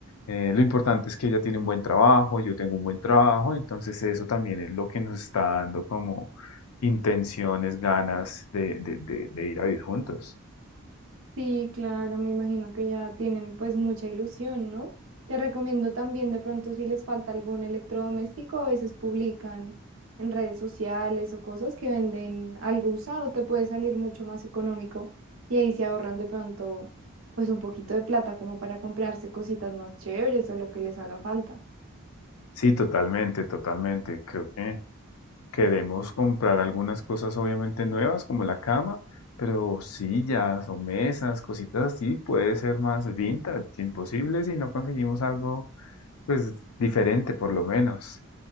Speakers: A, on the left; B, on the right.
A: Eh, lo importante es que ella tiene un buen trabajo, yo tengo un buen trabajo, entonces eso también es lo que nos está dando como intenciones, ganas de, de de- de ir a vivir juntos.
B: Sí, claro, me imagino que ya tienen pues mucha ilusión, ¿no? Te recomiendo también de pronto si les falta algún electrodoméstico, a veces publican en redes sociales o cosas que venden algo usado, te puede salir mucho más económico y ahí se ahorran de pronto pues un poquito de plata como para comprarse cositas más chéveres o lo que les haga falta.
A: Sí, totalmente, totalmente. Creo que queremos comprar algunas cosas obviamente nuevas, como la cama, pero sillas o mesas, cositas así, puede ser más vintage, imposible si no conseguimos algo pues diferente por lo menos.